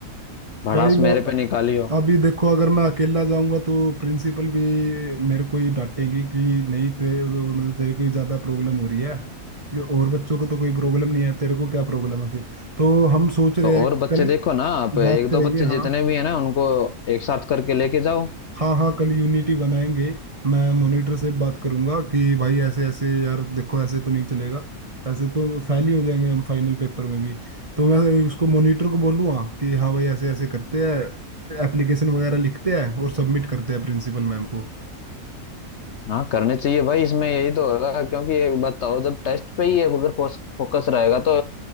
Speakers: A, on the left; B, on the right.
A: भड़ास
B: भाई
A: मेरे
B: मैं
A: पे निकाली हो
B: अभी देखो अगर मैं अकेला जाऊंगा तो प्रिंसिपल भी मेरे को ही डांटेंगी कि नहीं ते, तो मतलब तेरे को ही ज्यादा प्रॉब्लम हो रही है ये और बच्चों को तो कोई प्रॉब्लम नहीं है तेरे को क्या प्रॉब्लम है फिर तो हम सोच रहे
A: तो
B: हैं
A: और बच्चे
B: कल
A: देखो ना आप एक
B: बात
A: दो
B: करेंगे
A: बच्चे जितने
B: हाँ
A: भी हैं ना उनको एक साथ करके लेके जाओ
B: हाँ हाँ कल यूनिटी बनाएंगे मैं मॉनिटर से बात करूंगा कि भाई ऐसे ऐसे यार देखो ऐसे तो नहीं चलेगा ऐसे तो फेल ही हो जाएंगे हम फाइनल पेपर में भी तो मैं उसको मॉनिटर को बोलूँगा कि हाँ भाई ऐसे ऐसे करते हैं एप्लीकेशन वगैरह लिखते हैं और सबमिट करते हैं प्रिंसिपल मैम को
A: हाँ करने चाहिए भाई इसमें यही तो होगा क्योंकि एक बताओ जब टेस्ट पे ही अगर फोकस रहेगा तो